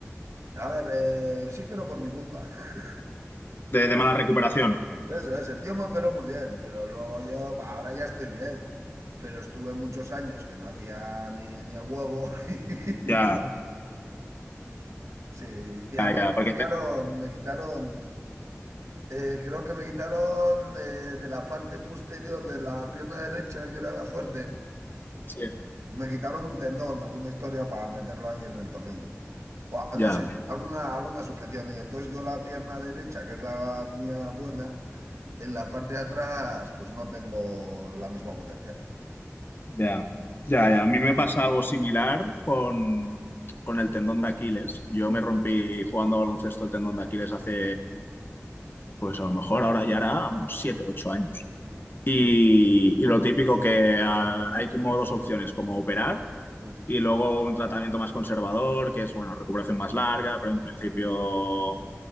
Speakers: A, on the right; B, on the left.
A: A ver, eh, sí, pero por mi culpa. <laughs>
B: De, de mala recuperación.
A: O sea, eso es, el tío me operó muy bien, pero luego yo, bah, ahora ya estoy bien, pero estuve muchos años que no hacía ni, ni el huevo. <laughs> Y,
B: Ya,
A: claro, sí, y además
B: ya, ya,
A: me
B: porque
A: quitaron,
B: te-
A: me quitaron, eh, creo que me quitaron eh, de la parte posterior de la pierna derecha, que era la fuerte.
B: Sí.
A: Me quitaron un tendón, alguna historia para meterlo ahí en el tornillo. O, a-
B: Ya.
A: no sé, alguna, alguna sujeción. Y entonces yo la pierna derecha, que es la mía buena, en la parte de atrás, pues no tengo la misma potencia.
B: Ya, ya,
A: Sí.
B: ya. A mí me pasa algo similar con, con el tendón de Aquiles. Yo
A: Mm,
B: me rompí jugando a baloncesto el tendón de Aquiles hace, pues a lo mejor ahora ya era unos 7, 8 años.
A: mm,
B: Y, y lo típico que ah, hay como dos opciones, como operar
A: mm,
B: Y luego un tratamiento más conservador, que es, bueno, recuperación más larga, pero en principio,
A: mm.